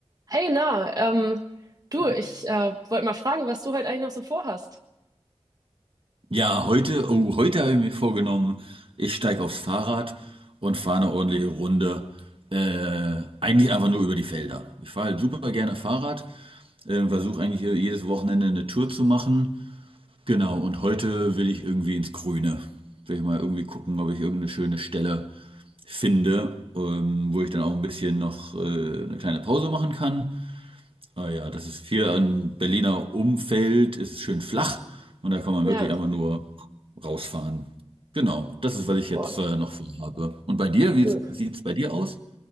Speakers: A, on the right; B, on the right.
A: Hey, na, ähm, du,
B: Ah
A: ich
B: ja.
A: äh, wollte mal fragen, was du heute eigentlich noch so vorhast.
B: Ja, heute, oh, heute habe ich mir vorgenommen, ich steige aufs Fahrrad und fahre eine ordentliche Runde. Äh, eigentlich einfach nur über die Felder. Ich fahre halt super gerne Fahrrad, äh, versuche eigentlich äh, jedes Wochenende eine Tour zu machen. Genau, und heute will ich irgendwie ins Grüne. Will ich mal irgendwie gucken, ob ich irgendeine schöne Stelle finde, ähm, wo ich dann auch ein bisschen noch äh, eine kleine Pause machen kann. Ah ja, das ist hier ein Berliner Umfeld, es ist schön flach und da kann man
A: Ja,
B: wirklich einfach nur rausfahren. Genau, das ist, was ich jetzt
A: boah,
B: äh, noch vorhabe. Und bei dir,
A: cool.
B: wie sieht es bei dir aus?